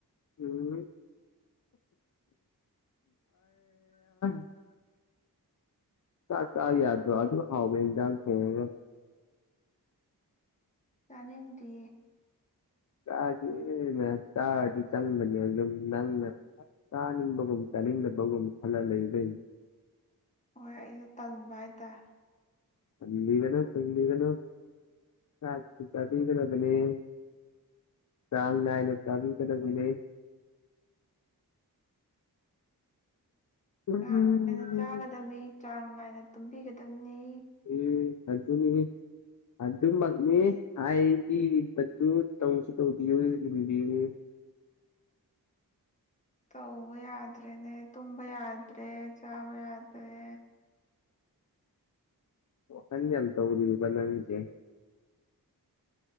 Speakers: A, on the left; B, on the left.
A: ꯎꯝ <unintelligible> ꯆꯥꯛ ꯆꯥ ꯌꯥꯗ꯭ꯔꯣ ꯑꯗꯨꯛ ꯍꯥꯎꯕ ꯑ‌ꯦꯟꯖꯥꯡ ꯊ‌ꯣꯡꯉꯒ
B: ꯆꯥꯅꯤꯡꯗꯦ
A: ꯆꯥꯒꯦꯅ ꯆꯥꯔꯗꯤ ꯆꯪꯕꯅꯦ ꯑꯗꯨꯝ ꯅꯪꯅ ꯆꯥꯅꯤꯡꯕꯒꯨꯝ ꯆꯥꯅꯤꯡꯕꯒꯨꯝ ꯈꯜꯂ ꯂꯩꯕꯩ
B: ꯍꯣꯏ ꯑꯩꯖꯨ ꯇꯟꯕ ꯍꯥꯏꯇꯥꯔꯦ
A: ꯇꯟꯕꯤꯒꯅꯨ ꯇꯟꯕꯤꯒꯅꯨ ꯆꯥꯛꯇꯤ ꯆꯥꯕꯤꯒꯗꯕꯅ‌ꯦ ꯆꯥꯡ ꯅꯥꯏꯅ ꯆꯥꯕꯤꯒꯗꯕꯅꯦ ꯎꯝ
B: ꯆꯥꯡ ꯅꯥꯏꯅ ꯆꯥꯒꯗꯕꯅꯤ ꯆꯥꯡ ꯅꯥꯏꯅ ꯇꯨꯝꯕꯤꯒꯗꯕꯅꯤ
A: ꯎꯝ ꯑꯗꯨꯅꯤ ꯑꯗꯨꯃꯛꯅꯤ ꯍꯥꯏꯕꯤꯔꯤꯕꯗꯨ ꯇꯧꯁꯨ ꯇꯧꯕꯤꯌꯨ ꯏꯟꯕꯤꯌꯨ
B: ꯇꯧꯕ ꯌꯥꯗ꯭ꯔꯦꯅꯦ ꯇꯨꯝꯕ ꯌꯥꯗ꯭ꯔꯦ ꯆꯥꯕ ꯌꯥꯗ꯭ꯔꯦ
A: ꯋꯥꯈꯟꯒ ꯌꯥꯝ ꯇꯧꯔꯤꯕ ꯅꯪꯁꯦ